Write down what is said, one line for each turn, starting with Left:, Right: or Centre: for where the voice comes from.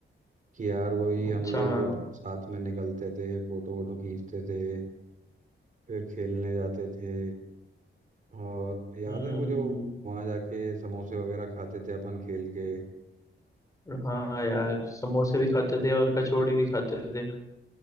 Right: कि यार वही
Left: अच्छा
Right: हम लोग
Left: हाँ
Right: जब साथ में निकलते थे फोटो वोटो खींचते थे फिर खेलने जाते थे और याद
Left: हम्म
Right: है वो जो वहां जाके समोसे वगैरह खाते थे अपन खेल के
Left: हाँ यार समोसे भी खाते थे और कचौड़ी भी खाते थे